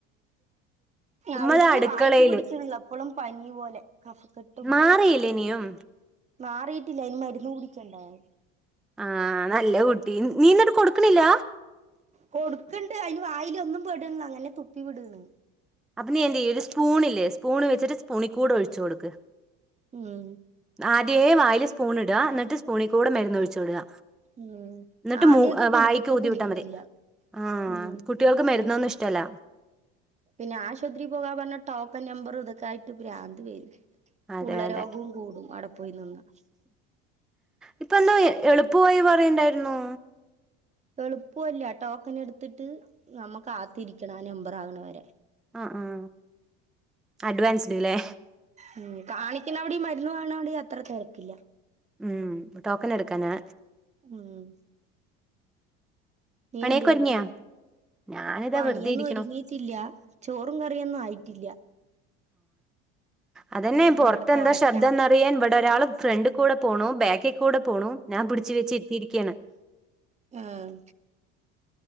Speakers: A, in the centre; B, on the right (about 25°).
A: ഉമ്മ
B: അവൾക്ക്
A: ദാ അടുക്കളയില്
B: വായിക്ക് പടിക്കണില്ല. അപ്പളും പനി പോലെ കഫക്കെട്ടും.
A: മാറിയില്ലേ ഇനിയും
B: മാറിയിട്ടില്ല ഇന് മരുന്ന് കുടിക്കണ്ടായ.
A: ആഹ് നല്ല കുട്ടി നീ ഇന്നിട്ട് കൊടുക്കണില്ല.
B: കൊടുക്കണ്ട് അതിന് വായില് ഒന്നും പേടില്ല അങ്ങനെ തുപ്പി വിട്ണ്
A: അപ്പ നീഎന്റെഈ ഒരു സ്പൂണില്ലേ സ്പൂണ് വെച്ചിട്ട് സ്പൂണി കൂടെ ഒഴിച്ചു കൊടുക്ക്.....
B: ഉം.
A: ആദ്യേ വായില് സ്പൂൺ ഇടുക എന്നിട്ട് സ്പൂണിൽ കൂടെ മരുന്ന് ഒഴിച്ചു വിടുക.
B: ഉം
A: എന്നിട്ട്
B: ആദ്യൊക്കെ
A: മ
B: കുടിക്കും
A: വായിക്ക്
B: ഇപ്പൊ
A: ഊതി
B: കുടിക്കുന്നില്ല
A: വിട്ടാ മതി. ആഹ്
B: ഉം
A: കുട്ടികൾക്ക് മരുന്നൊന്നും ഇഷ്ടല്ല.
B: പിന്നെ ആശുപത്രിൽ പോകാൻ പറഞ്ഞാ ടോക്കൺ നമ്പർ ഇത്ക്കായിട്ട് പ്രാന്ത് വരും.
A: അതെ
B: ഉള്ള
A: അതെ
B: രോഗവും കൂടും അവിടെ പോയി നിന്നാ
A: ഇപ്പ എന്താ എളുപ്പായി പറയണ്ടായിരുന്നു.
B: എളുപ്പല്ല ടോക്കൺ എടുത്തിട്ട് നമ്മുക്ക് കാത്തിരിക്കണം ആ നമ്പർ ആകണ വരെ.
A: ആഹ് ആ അഡ്വാൻസ്ഡ് അല്ലേ.
B: ഉം കാണിക്കണ അവിടെം ഈ മരുന്ന് വാങ്ങ്ണവിടേം അത്ര തിരക്കില്ല.
A: ഉം ടോക്കൻ എടുക്കാനാ.
B: ഉം നീ
A: പണി
B: എന്ത്
A: ഒക്കെ
B: ചെയ്യണ്
A: ഒരുങ്ങിയാ ഞാനിതാ
B: പണിയൊന്നും
A: വെറുതെ ഇരിക്കണു
B: ഒരുങ്ങിയിട്ടില്ല ചോറും കറിയൊന്നും ആയിട്ടില്ല.
A: അതെന്നെ
B: ഉം
A: പൊറത്ത്
B: ഇവിടെ
A: എന്താ
B: തൊടയ്ക്കണം
A: ശബ്ദ്ദന്നറിയാൻ ഇവിടെ ഒരാൾ. ഫ്രണ്ട് കൂടെ പോണു ബാക്കിൽ കൂടെ പോണൂ ഞാൻ പിടിച്ച് വെച്ചിരിത്തിയിരിക്കയാണ്.
B: ആഹ്